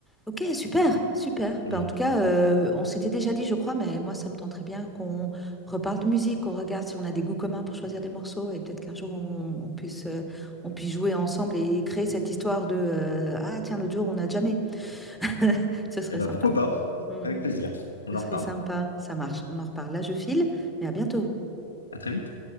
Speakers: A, in the centre; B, on the left.
A: Ok, super, super.
B: Mm.
A: Ben, en tout cas, euh, on s'était déjà dit, je crois, mais moi, ça me tenterait bien qu'on reparle de musique, qu'on regarde si on a des goûts communs pour choisir des morceaux et peut-être qu'un jour, on, on puisse, euh, on puisse jouer ensemble et créer cette histoire de euh, Ah, tiens, l'autre jour, on n'a jamais. <laughs> Ce serait
B: Et bah
A: sympa.
B: pourquoi pas?
A: Hmm.
B: Avec plaisir. On
A: Ce
B: en
A: serait
B: reparle.
A: sympa. Ça marche. On en reparle. Là, je file, mais à bientôt.
B: À très vite.